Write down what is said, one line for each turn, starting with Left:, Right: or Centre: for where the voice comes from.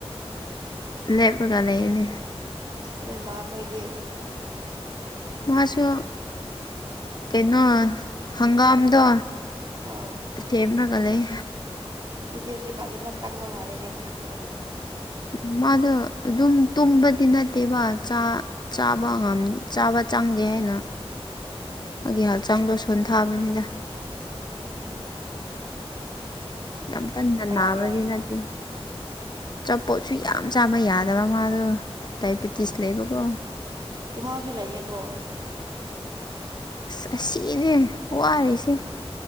Left: ꯂꯦꯞꯄꯒ ꯂꯩꯅꯦ
Right: ꯅꯣꯏ ꯃꯥꯈꯣꯏꯗꯤ
Left: ꯃꯥꯁꯨ ꯀꯩꯅꯣ ꯍꯪꯒꯥꯝꯗꯣ
Right: ꯑꯥ
Left: ꯁꯦꯝꯔꯒ ꯂꯩ
Right: ꯑꯗꯨꯗꯤ ꯍꯧꯖꯤꯛꯀꯥꯟꯅꯤ ꯈꯔ ꯀꯟꯕ ꯃꯥꯜꯂꯤꯅꯦ ꯀꯟꯈꯠꯄ ꯃꯥꯜꯂꯤꯅꯦ
Left: ꯎ ꯃꯥꯗꯣ ꯑꯗꯨꯝ ꯇꯨꯝꯕꯗꯤ ꯅꯠꯇꯦꯕ ꯆꯥ ꯆꯥꯕ ꯉꯝ ꯆꯥꯕ ꯆꯪꯗꯦ ꯍꯥꯏꯅ ꯑꯩꯒꯤ ꯍꯛꯆꯥꯡꯗꯣ ꯁꯣꯟ ꯊꯥꯕꯅꯤꯗ
Right: ꯑꫭ
Left: ꯌꯥꯝ ꯀꯟꯅ ꯅꯥꯕꯗꯤ
Right: ꯌꯥꯗ꯭ꯔꯣ
Left: ꯅꯠꯇꯦ ꯑꯆꯥꯄꯣꯠꯁꯨ ꯌꯥꯝ ꯆꯥꯕ ꯌꯥꯗꯕ ꯃꯥꯗꯣ ꯗꯥꯏꯕꯤꯦꯇꯤꯁ
Right: ꯎꯝ
Left: ꯂꯩꯕꯀꯣ
Right: ꯏꯃꯥꯁꯨ ꯂꯩꯌꯦꯗꯣ
Left: ꯑꯁ ꯑꯁꯤꯅꯦ ꯋꯥꯔꯤꯁꯦ